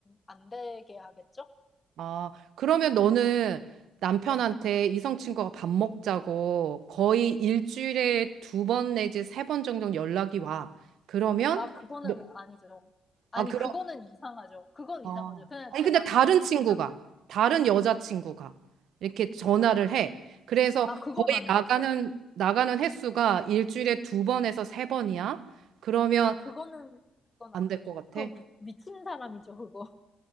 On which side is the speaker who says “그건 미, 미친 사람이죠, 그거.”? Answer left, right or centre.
Left